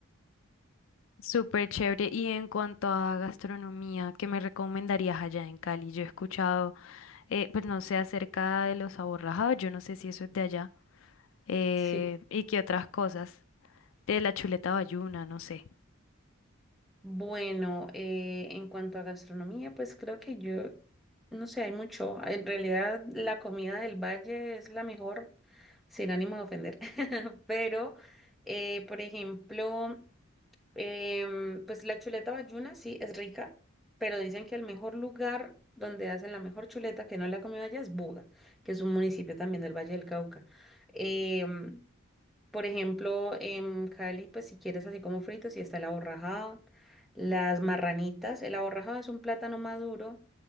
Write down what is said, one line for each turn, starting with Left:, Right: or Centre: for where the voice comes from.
Left: Súper chévere. Y en cuanto a gastronomía, ¿qué me recomendarías allá en Cali? Yo he escuchado, eh, pues no sé, acerca de los aborrajados, yo no sé si eso es de allá, eh,
Centre: Sí.
Left: y qué otras cosas, de la chuleta bayuna, no sé.
Centre: Bueno, eh, en cuanto a gastronomía, pues creo que yo, no sé, hay mucho. En realidad la comida del valle es la mejor, sin ánimo de ofender, <laughs> pero, eh, por ejemplo... Em, pues la chuleta bayuna sí es rica, pero dicen que el mejor lugar donde hacen la mejor chuleta, que no la he comido allá, es Buga, que es un municipio también del Valle del Cauca. Em, por ejemplo, en Cali, pues si quieres así como fritos, sí está el aborrajado, las marranitas. El aborrajado es un plátano maduro